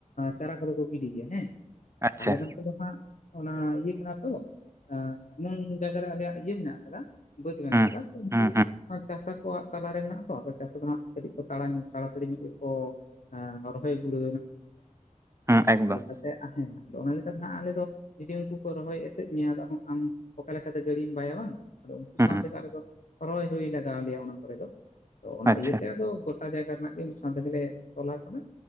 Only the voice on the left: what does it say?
ᱪᱟᱨᱟ ᱠᱚᱫᱚ ᱠᱚ ᱜᱤᱰᱤ ᱜᱮᱭᱟ ᱦᱮᱸ
ᱟᱞᱮ ᱱᱚᱛᱮ ᱫᱚ ᱦᱟᱸᱜ ᱚᱱᱟ ᱤᱭᱟᱹ ᱠᱟᱱᱟ ᱛᱚ ᱮᱢᱚᱱ ᱡᱟᱭᱜᱟᱨᱮ ᱟᱞᱮᱭᱟᱜ ᱤᱭᱟᱹ ᱢᱮᱱᱟᱜ ᱟᱠᱟᱫᱟ ᱵᱟᱹᱫᱽ ᱢᱮᱱᱟᱜ
ᱠᱟᱫᱟ
ᱪᱟᱥ ᱣᱟᱜ ᱛᱟᱞᱟᱮ ᱢᱮᱱᱟᱜᱟᱛᱚ ᱪᱟᱥᱟ ᱫᱚ ᱦᱟᱸᱜ ᱠᱟᱹᱴᱤᱡ ᱛᱟᱲ ᱛᱟᱲᱟ ᱛᱟᱲᱤ ᱧᱚᱜ ᱜᱮᱠᱚ ᱨᱚᱦᱚᱭ ᱜᱩᱲᱟᱹ
<unintelligible> ᱛᱚ ᱦᱮᱸ ᱟᱫᱚ ᱚᱱᱟ ᱞᱮᱠᱟ ᱫᱚ ᱦᱟᱸᱜ ᱟᱞᱮ ᱫᱚ ᱡᱩᱫᱤ ᱩᱱᱠᱩ ᱠᱚ ᱨᱚᱦᱚᱭ ᱮᱥᱮᱫ ᱢᱮᱭᱟ ᱟᱫᱚ ᱦᱟᱸ ᱟᱢ ᱚᱠᱟ ᱞᱮᱠᱟᱛᱮ ᱜᱟᱹᱰᱤᱢ ᱵᱟᱭᱟ ᱵᱟᱝ ᱟᱫᱚ ᱩᱱᱠᱩ
ᱥᱟᱶᱛᱮᱜᱮ
ᱟᱞᱮ ᱫᱚ ᱦᱚᱨᱚᱭ ᱦᱩᱭ ᱞᱟᱜᱟᱣ ᱞᱮᱭᱟ ᱚᱱᱟ ᱠᱚᱨᱮ ᱫᱚ ᱟᱫᱚ ᱚᱱᱟ
ᱤᱭᱟᱹᱛᱮ ᱟᱫᱚ ᱜᱚᱴᱟ ᱡᱟᱭᱜᱟ ᱨᱮᱱᱟᱜ ᱜᱮ ᱢᱤᱫ ᱥᱟᱶ ᱛᱮᱜᱞᱮ ᱛᱚᱞᱟ ᱠᱟᱫᱟ